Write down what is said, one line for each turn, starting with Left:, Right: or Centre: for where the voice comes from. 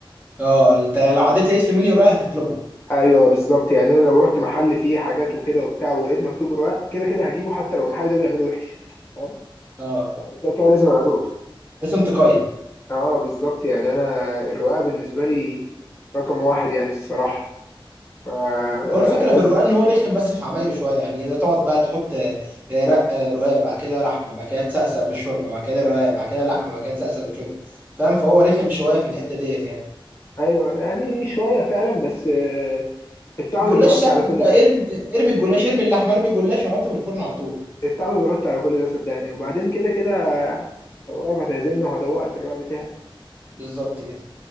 Right: اه انت لو عديت لقيت في منيو رقاق هتطلبه
Left: ايوه بالظبط يعني انا لو رحت محل فيه حاجات وكده وبتاع ولقيت مكتوب رقاق كده كده هجيبه حتى لو المحل ده بيعمله وحش فاهم
Right: اه
Left: يعني كده كده لازم ابقى دقته
Right: اسم تقيل
Left: اه بالظبط يعني انا الرقاق بالنسبه لي رقم واحد يعني الصراحه فلازم
Right: هو الفكره في الرقاق ان هو رخم بس في عمايله شويه يعني اذا تقعد بقى تحط آه، رق آه، رقاق بعد كده لحمه بعد كده تسقسق بالشوربه بعد كده رقاق بعد كده لحمه بعد كده تسقسق بالشوربه فاهم فهو رخم شويه في الحته ديت يعني
Left: ايوه يعني شويه فعلا بس آه، الطعم
Right: الجلاش
Left: بيغطي
Right: سهل
Left: على كل
Right: انت ارمي
Left: ده
Right: الج- ارمي الجلاش ارمي اللحمه ارمي الجلاش وحطه في الفرن على طول
Left: التعب بيغطي على كل ده صدقني وبعدين كده كده انت قريب هتعزلنا وهدوقك الرأي بتاعي
Right: بالظبط كده